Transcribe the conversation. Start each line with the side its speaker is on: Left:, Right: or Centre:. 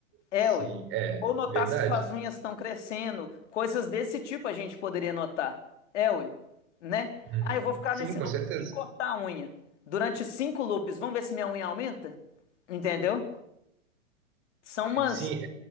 Left: É,
Right: sim,
Left: ué.
Right: é,
Left: Ou notar
Right: verdade.
Left: se suas unhas estão crescendo, coisas desse tipo a gente poderia notar. É, ué. Né?
Right: Uhum.
Left: Ah, eu vou ficar
Right: Sim,
Left: nesse
Right: com
Left: loop
Right: certeza.
Left: sem cortar a unha. Durante cinco loops, vamos ver se minha unha aumenta? Entendeu? São umas,
Right: Sim,